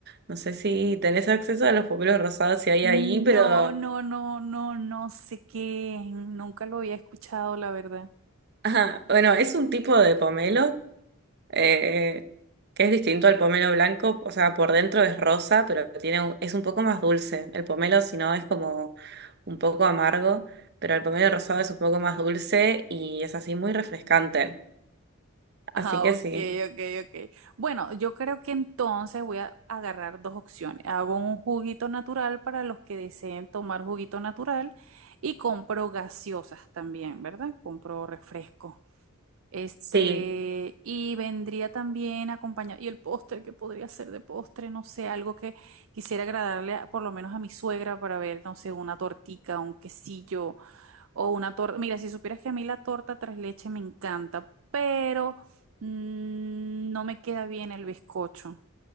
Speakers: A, on the right; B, on the right.
A: No sé si tenés acceso a los pomelos rosados si hay
B: No,
A: ahí, pero
B: No, no, no, no sé qué. es, Nunca lo había escuchado, la verdad.
A: ajá, bueno, es un tipo de pomelo eh, que es distinto al pomelo blanco. O sea, por dentro es rosa, pero tiene un- es un poco más dulce. El pomelo, si no, es como un poco amargo, pero el pomelo rosado es un poco más dulce y es así muy refrescante.
B: Ah,
A: Así que
B: ok,
A: sí.
B: ok, ok. Bueno, yo creo que entonces voy a agarrar dos opciones. Hago un juguito natural para los que deseen tomar juguito natural y compro gaseosas también, ¿verdad? Compro refresco. Este,
A: Sí.
B: y vendría también acompañado, y el postre, que podría ser de postre, no sé, algo que quisiera agradarle a- por lo menos a mi suegra para ver, no sé, una tortica, un quesillo o una torta. Mira, si supieras que a mí la torta tres leches me encanta, pero mm, no me queda bien el bizcocho.